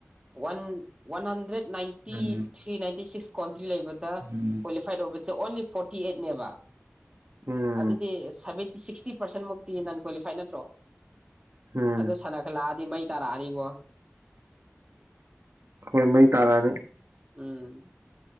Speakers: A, on the right (about 20°); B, on the right (about 70°).
A: one one hundred ninety
B: um
A: three ninety ꯁꯤꯁ ꯂꯩ
B: ꯎꯝ
A: ꯀ꯭ꯋꯥꯂꯤꯐꯥꯏꯠ ꯑꯣꯏ ꯁꯦ ꯑꯣꯟꯂꯤ ꯐꯣꯔꯇꯤ ꯑꯩꯠꯅꯦꯕ ꯑ
B: ꯎꯝ
A: ꯑꯗꯨꯗꯤ ꯁꯕꯤ ꯁꯤꯛꯁꯇꯤ ꯄꯔꯁꯦꯟ ꯅꯟ ꯀ꯭ꯋꯥꯂꯤꯐꯥꯏ ꯅꯠꯇ꯭ꯔꯣ
B: ꯎꯝ
A: ꯑꯗ ꯁꯅ ꯈꯂ ꯑꯗꯨ ꯃꯩ ꯇꯥꯔꯛꯑꯅꯤꯕꯣ
B: ꯍꯣꯏ ꯃꯩ ꯇꯥꯔꯛꯑꯅꯤ
A: ꯎꯝ